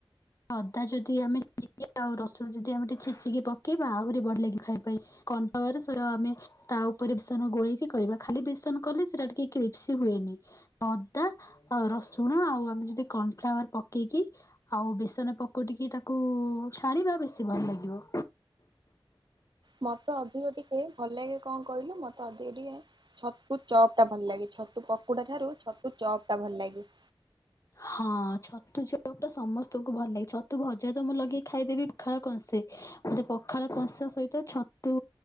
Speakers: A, on the left; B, on the right.
A: ଅଦା ଯଦି ଆମେ ଚିକେ ଆଉ ରସୁଣ ଯଦି ଆମେ ଟିକେ ଛେଚିକି ପକେଇବା ଆହୁରି ବଢି ଲାଗିବ ଖାଇବା ପାଇଁ କର୍ଣଫ୍ଲାୱାର ସର ଆମେ। ତା ଉପରେ ବେସନ ଗୋଳେଇକି କରିବା। ଖାଲି ବେସନ କଲେ ସେଟା ଟିକେ କ୍ରିପ୍ସି ହୁଏନି ଅଦା ଆଉ ରସୁଣ ଆଉ ଆମେ ଯଦି କର୍ଣଫ୍ଲାୱାର ପକେଇକି? ଆଉ ବେଶ ବେସନ ପକୋଡିକି ତାକୁ ଛାଣିବା ବେଶୀ ଭଲ ଲାଗିବ
B: ମତେ ଅଧିକ ଟିକେ ଭଲ ଲାଗେ କଣ କହିଲୁ? ମତେ ଅଧିକ ଟିକେ ଛତୁ ଚପ୍ ଟା ଭଲ ଲାଗେ ଛତୁ ପକୁଡା ଠାରୁ ଛତୁ ଚପ୍ ଟା ଭଲ ଲାଗେ।
A: ହଁ ଛତୁ ଚପ ଟା ସମସ୍ତଙ୍କୁ ଭଲ ଲାଗେ ଛତୁ ଭଜା ତ ମୁଁ ଲଗେଇ ଖାଇଦେବି ପଖାଳ କନ୍ସେ। ମୋତେ ପଖାଳ କଂସା ସହିତ ଛତୁ